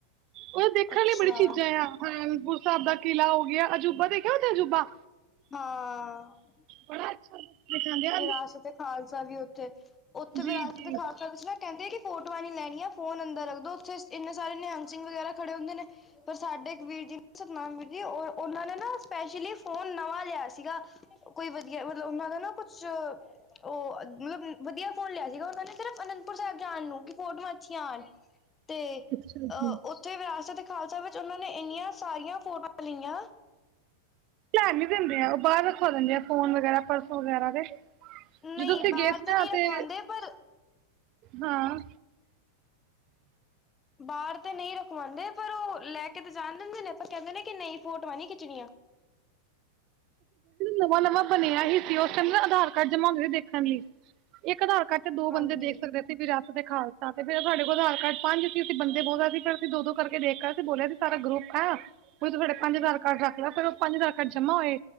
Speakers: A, on the right; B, on the left.
A: ਉਹ ਦੇਖਣ
B: ਅੱਛਾ।
A: ਲਈ ਬੜੀ ਚੀਜ਼ਾਂ ਆ ਹਪੁਰ ਸਾਹਿਬ ਦਾ ਕਿਲ੍ਹਾ ਹੋ ਗਿਆ ਅਜੂਬਾ ਦੇਖਿਆ ਉਥੇ ਅਜੂਬਾ
B: ਹਾਂ।
A: ਬੜਾ ਅੱਛਾ ਦਿਖਾਉਂਦੇ ਆ
B: ਵਿਰਾਸਤ ਤੇ ਖਾਲਸਾ ਵੀ ਉੱਥੇ ਉੱਥੇ ਵਿਰਾਸਤ
A: ਜੀ ਜੀ
B: ਖਾਲਸਾ ਵਿੱਚ ਨਾ ਕਹਿੰਦੇ ਕਿ ਫੋਟੋਆਂ ਨੀ ਲੈਣੀਆਂ ਫੋਨ ਅੰਦਰ ਰੱਖਦੋ ਉੱਥੇ ਇੰਨੇ ਸਾਰੇ ਨਿਹੰਗ ਸਿੰਘ ਵਗੈਰਾ ਖੜੇ ਹੁੰਦੇ ਨੇ ਪਰ ਸਾਡੇ ਇੱਕ ਵੀਰ ਜੀ ਨੇ ਸਤਿਨਾਮ ਵੀਰ ਜੀ ਉਹਨਾਂ ਨੇ ਨਾ ਸਪੈਸ਼ਲੀ ਫੋਨ ਨਵਾਂ ਲਿਆ ਸੀਗਾ ਕੋਈ ਵਧੀਆ ਮਤਲਬ ਉਹਨਾਂ ਦਾ ਨਾ ਕੁਛ ਉਹ ਮਤਲਬ ਵਧੀਆ ਫੋਨ ਲਿਆ ਸੀਗਾ ਉਹਨਾਂ ਨੇ ਸਿਰਫ਼ ਅਨੰਦਪੁਰ ਸਾਹਿਬ ਜਾਣ ਨੂੰ ਕਿ ਫੋਟੋਆਂ ਅੱਛੀਆਂ ਆਉਣ। <inaudible> ਤੇ
A: ਅੱਛਾ
B: ਅਹ
A: ਜੀ
B: ਉੱਥੇ ਵਿਰਾਸਤ ਤੇ ਖਾਲਸਾ ਵਿੱਚ ਉਹਨਾਂ ਨੇ ਇੰਨੀਆਂ ਸਾਰੀਆਂ ਫੋਟੋਆਂ ਲਈਆਂ।
A: ਪਰ ਨੀ ਦਿੰਦੇ ਆ ਉਹ ਬਾਹਰ ਰਖਾ ਦਿੰਦੇ ਆ ਫੋਨ ਵਗੈਰਾ ਪਰਸੋਂ ਵਗੈਰਾ ਤੇ
B: ਨਹੀਂ
A: ਜਦੋਂ ਉਥੇ
B: ਬਾਹਰ
A: ਗਏ ਸੀ ਨਾ
B: ਨਹੀਂ
A: ਤੇ
B: ਰਖਵਾਉਂਦੇ ਪਰ
A: ਹਾਂ
B: ਬਾਹਰ ਤੇ ਨਹੀਂ ਰਖਵਾਉਂਦੇ ਪਰ ਉਹ ਲੈ ਕੇ ਤੇ ਜਾਣ ਦਿੰਦੇ ਨੇ ਪਰ ਕਹਿੰਦੇ ਨੇ ਕਿ ਨਹੀਂ ਫੋਟੋਆਂ ਨ ਖਿੱਚਣੀਆਂ
A: ਨਵਾਂ ਨਵਾਂ ਬਣਿਆ ਹੀ ਸੀ ਉਸ ਟਾਈਮ ਨਾ ਆਧਾਰ ਕਾਰਡ ਜਮਾਉਂਦੇ ਦੇਖਣ ਲਈ ਇੱਕ ਆਧਾਰ ਕਾਰਡ ਤੇ ਦੋ
B: ਹਾਂਜੀ
A: ਬੰਦੇ ਦੇਖ ਸਕਦੇ। ਬੀਰਰਸ ਦੇ ਖਾਲਸਾ ਤੇ ਫਿਰ, ਸਾਡੇ ਕੋਲ ਆਧਾਰ ਕਾਰਡ ਪੰਜ -ਸੀ ਅਸੀਂ ਪੰਜੇ ਸੀ ਬੋਲਦਾ ਸੀ ਪਰ ਅਸੀਂ ਦੋ ਦੋ ਕਰਕੇ ਦੇਖ ਕੇ ਤੇ ਬੋਲਿਆ ਸੀ ਸਾਰਾ ਗਰੁੱਪ ਹੈ, ਉਹ ਵੀ ਤੁਹਾਡੇ ਪੰਜ ਹਜ਼ਾਰ ਕਾਰਡ ਰੱਖ ਲੈ ਉਹ ਪੰਜ ਹਜਾਰ ਫਿਰ ਜਮਾ ਹੋਏ,